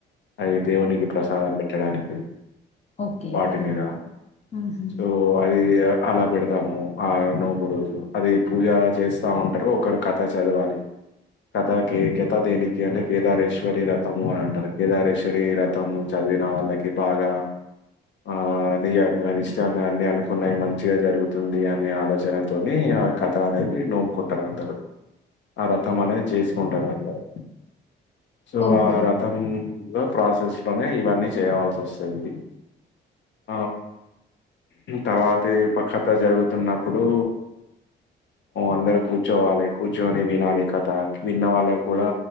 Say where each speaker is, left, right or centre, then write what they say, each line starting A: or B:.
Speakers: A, on the left; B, on the left.
A: అది దేవునికి ప్రసాదం పెట్టడానికి
B: ఓకే
A: వాటి
B: ఆ
A: మీద
B: ఊహు
A: సో అది అలా పెడతాము ఆ నోము రోజు అది పూజ చేస్తా ఉంటరు ఒకరు కథ చదవాలి కథకి కెథ దేనికి అంటే కేదారేశ్వరి రథము అని అంటారు కేదారేశ్వరి రథము చదివిన వాళ్ళకి బాగా ఆ నియముగా నిష్టంగా అన్ని అనుకున్నాయి మంచిగా జరుగుతుంది అనే ఆలోచనతోనే ఆ కథ అనేది నోముకుంటరు అందరూ ఆ రథం అనేది చేసుకుంటరు అందరు సో
B: ఓహో
A: ఆ
B: ఓకే
A: రథం లో ప్రాసెస్ లోనే ఇవన్నీ చేయవల్సి వస్తది ఆ తర్వాతె పక్ష థ జరుగుతున్నప్పుడు అందరు కూర్చోవాలె కూర్చొని వినాలి కథ విన్న వాళ్ళక్కూడా